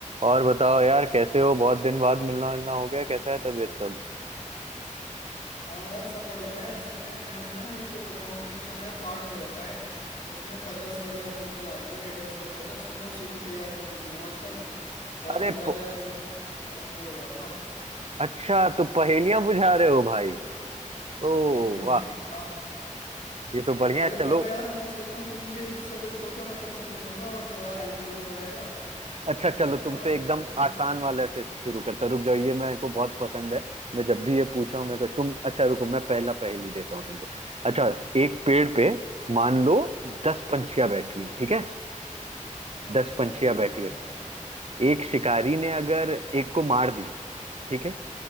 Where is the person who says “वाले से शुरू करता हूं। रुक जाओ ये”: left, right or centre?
Right